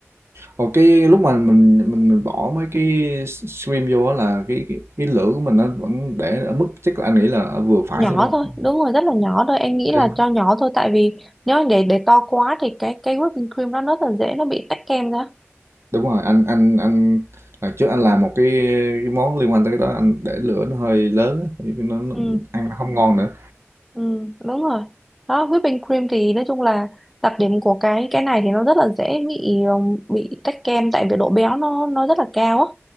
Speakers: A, on the right; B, in the centre.
A: Ồ, cái lúc mà mình mình mình bỏ mấy cái stream vô á là cái cái, cái lửa của mình nó vẫn để ở mức chắc là anh nghĩ là ở vừa phải
B: nhỏ
A: thôi đúng
B: thôi
A: không
B: đúng rồi rất là nhỏ thôi em nghĩ là
A: à.
B: cho nhỏ thôi tại vì nếu để để to quá thì cái cái whipping cream nó rất là dễ nó bị tách kem ra
A: đúng rồi anh anh anh lần trước anh làm một cái, cái món liên quan tới cái đó anh để lửa nó hơi lớn á, thì nó, nó
B: ừ.
A: ăn nó không ngon nữa
B: Ừ, đúng rồi. Đó, whipping cream thì nói chung là đặc điểm của cái cái này thì nó rất là dễ bị um, bị tách kem tại vì độ béo nó nó rất là cao á.